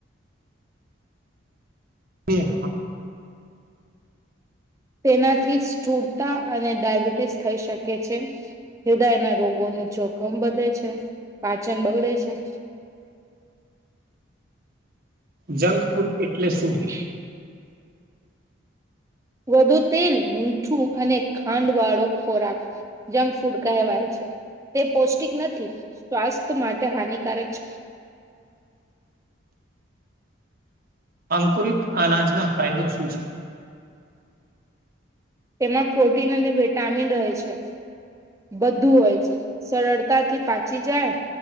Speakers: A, on the right; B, on the right.
A: એ
B: તેનાથી સ્થુળતા અને ડાયબિટીસ થઈ શકે છે હેદાયના રોગોનું જોખમ વધે છે પાચન બગડે છે
A: જંગ ફૂડ એટલે શું
B: <inaudible> વધુ તેલ મીઠું અને ખાંડ વાળો ખોરાક જંગ ફૂડ કહેવાય છે તે પૌષ્ટિક નથી સ્વાસ્થ્ય માટે હાનિકારક છે
A: અંકુરિત અનાજના ફાયદો શું છે
B: તેમાં પ્રોટીન અને વિટામિન રહે છે બધું હોય છે સરળતાથી પાચી જાય